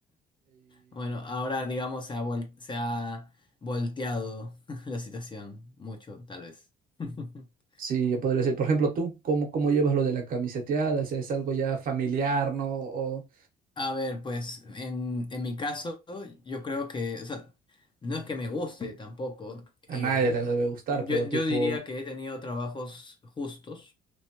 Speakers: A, on the left (about 30°); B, on the right (about 55°).
A: Bueno, ahora digamos se ha, vuel- se ha volteado <laughs> la situación mucho, tal vez. <laughs>
B: Sí, yo podría decir, por ejemplo, tú, ¿cómo, cómo llevas lo de la camiseteada? O sea, ¿Es algo ya familiar, no? O
A: A ver, pues en, en mi caso, yo creo que, o sea, no es que me guste tampoco.
B: a
A: eh,
B: nadie le debe gustar,
A: yo,
B: pero
A: yo
B: tipo...
A: diría que he tenido trabajos justos.